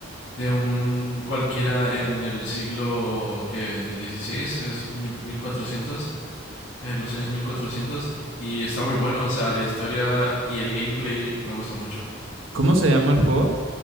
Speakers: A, on the left; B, on the right.
A: de un cualquiera en el siglo que 16, es mil- 1400 eh, los años mil cuatrocientos Y está muy bueno, o sea, la historia y el gameplay me gusta mucho.
B: ¿Cómo se llama el juego?